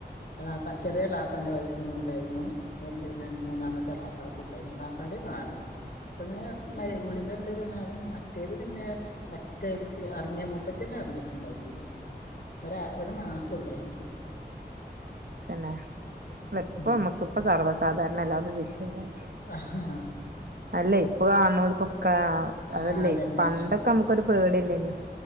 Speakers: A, on the left; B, on the right.
A: എളാപ്പാ, ചെറിയ എളാപ്പാന്റെ വൈഫിനു ഇണ്ടായിരുന്നു, വല്യ, മൂന്നാമത്തെ എളാപ്പാക്കു ഇണ്ടാര്ന്നു. എളാപ്പാന്റെ മാറി. ഇതിങ്ങനെ മര്, ഗുളിക ഇണ്ട്ന്നന്നെയാണ്. മറ്റേത് പിന്നെ പറ്റെ അറിഞ്ഞ, മൂപ്പത്തിയന്നെ അറിഞ്ഞിട്ട്ണ്ടായിര്ന്നീല്ല. <inaudible> ഒരാ, ഒര് മാസേ ഉള്ളേനു.
B: തന്നെ? ഇപ്പൊ
A: ഉം
B: നമ്മക്കിപ്പൊ സർവസ് സാധാരണയല്ലാന്ന് വിശദായി
A: ആഹ്
B: അല്ല ഇപ്പൊ കാൽണോൽക്കൊക് കാ,
A: ആഹ്
B: അതല്ല.
A: അതന്നെ
B: ഈ പണ്ടൊക്കെ നമ്മക്കൊരു പേടിയല്ലേനുവോ?